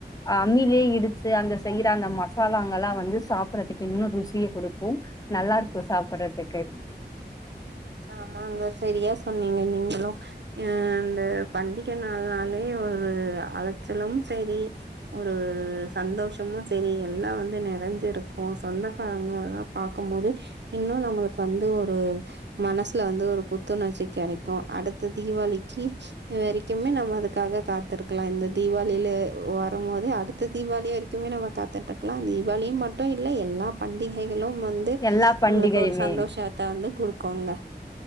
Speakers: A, on the left (about 20°); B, on the right (about 80°).
A: அம்மிலே இடிச்சு அங்க செய்யுற அந்த மசாலாங்களா வந்து சாப்பிறதுக்கு இன்னு ருசிய குடுக்கு நல்லா இருக்கு சாப்புடதுக்கு
B: ஆமாங்க சரியா சொன்னீங்க நீங்களு அ அந்த பண்டிகை நாள்னாலே ஒரு அலைச்சலும் செரி ஒரு சந்தோஷமு செரி எல்லா வந்து நெறைஞ்சிருக்கு சொந்த காரங்கெல்லா பாக்கும்போதே இன்னு நம்ளுக்கு வந்து ஒரு மனசுல வந்து ஒரு புத்துணர்ச்சி கெடைக்கு அடுத்த தீவாளிக்கு இது வரைக்குமே நம்ம அதுக்காக காத்திருக்லா இந்த தீவாளில வரம்போதே அடுத்த தீவாளி வரைக் குமே நம்ம காத்துட்ருக்கலா தீவாளினு மட்டு இல்ல எல்லா பண்டிகைகளு வந்து வந்து
A: எல்லா பண்டிகையுமே.
B: நம்மளுக்கு ஒரு சந்தோஷத்த வந்து குடுக்குங்க